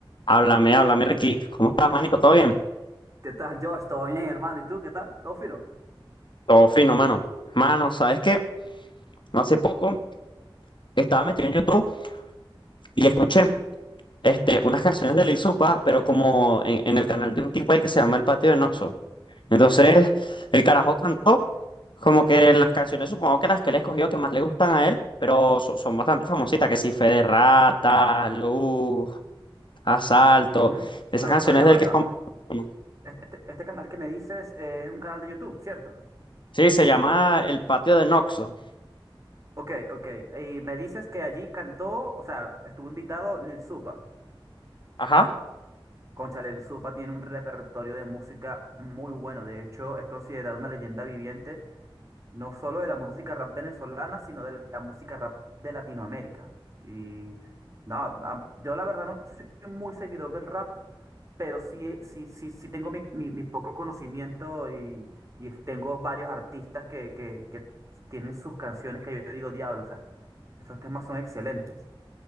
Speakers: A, on the left; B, on the right.
A: Háblame, háblame, Ricky. ¿Cómo estás, manico? ¿Todo bien?
B: ¿Qué tal, Josh? ¿Todo bien, hermano? ¿Y tú? ¿Qué tal? ¿Todo fino?
A: Todo fino, mano. Mano, ¿sabes qué? No, Hace poco estaba metido en YouTube y escuché este, unas canciones de Lil Supa, pero como en, en el canal de un tipo ahí que se llama El Patio de Noxo. Entonces, el carajo cantó como que las canciones, supongo que las que él escogió que más le gustan a él, pero so- son bastante famositas, que sí, Fe de Rata, Luz, Asalto,
B: Ujú, ujú.
A: esas
B: Pero,
A: canciones
B: pero ya
A: del
B: va,
A: que
B: ya va.
A: son... ¿no?
B: Este, este- este canal que me dices eh, es un canal de YouTube, ¿cierto?
A: Sí, se llama El Patio de Noxo.
B: Ok, ok. Y me dices que allí cantó, o sea, estuvo invitado Lil Supa.
A: Ajá.
B: Cónchale, Lil Supa tiene un repertorio de música muy bueno. De hecho, es considerado una leyenda viviente, no solo de la música rap venezolana, sino de la música rap de Latinoamérica. Y no, a- yo la verdad no soy muy seguidor del rap, pero sí, sí, sí, sí tengo mi, mi, mi poco conocimiento y, y tengo varios artistas que, que, que tienen sus canciones que yo digo, diablo, o sea, estos temas son excelentes.